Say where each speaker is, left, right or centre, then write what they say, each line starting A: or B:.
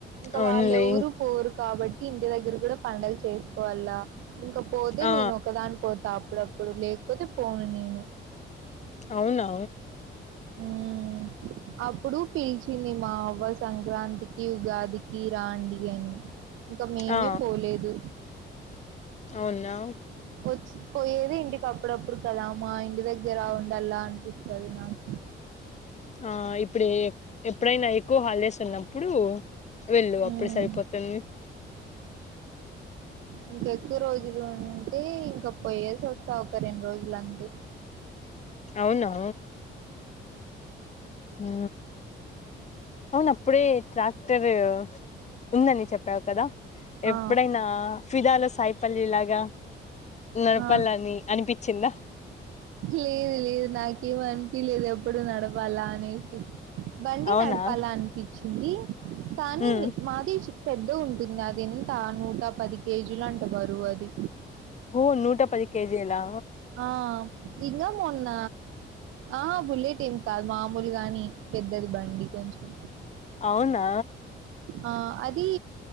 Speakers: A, on the right; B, on the left.
A: ఇంకా
B: అవునులే
A: వాళ్లేవ్రు పోరు కాబట్టి ఇంటి దగ్గర కూడా పండగ చేసుకోవాల్ల ఇంకా పోతే
B: ఆ
A: నేను ఒకదాన్ పోతా అప్పుడప్పుడు లేకపోతే పోను నేను
B: అవునా
A: ఉమ్ అప్పుడు పిలిచింది మా అవ్వ సంక్రాంతికి ఉగాదికి రాండి అని ఇంకా మేమే
B: ఆ
A: పోలేదు
B: అవునా
A: వచ్చి పోయేది ఇంటికప్పుడప్పుడు కద మా ఇంటి దగ్గర ఉండల్లా అనిపిస్తది నాకు
B: ఆ ఇప్పుడు ఎ ఎప్పుడైనా ఎక్కువ హాల్డేస్ ఉన్నప్పుడు వెళ్ళు అప్పుడు
A: మ్మ్
B: సరిపోతది
A: ఇంకెక్కువ రోజులు టీ ఇంకా పోయేసి వస్తా ఒక రెండ్రోజులంతె
B: అవునా అ అవును అప్పుడే ట్రాక్టర్ ఉందని చెప్పావు కదా ఎప్పుడైనా
A: ఆ
B: ఫిదలో సాయిపల్లవి లాగా నడపాలని
A: ఆ
B: అనిపిచ్చిందా
A: లేదు లేదు నాకేం అనిపిలేదు అప్పుడు నడప్ వలా అనేసి బండి
B: అవునా
A: నడపాల అనిపిచ్చింది కానీ
B: మ్మ్
A: నీ మాది చ్ పెద్దగుంటుంది అది ఎంత నూట పది కేజీలంట బరువది
B: ఓ నూట పది కేజిలా
A: ఆ ఇంగ మొన్న ఆ బులేట్ ఏం కాదు మామూల్ గాని పెద్దది బండి కొంచెం
B: అవునా
A: ఆ అది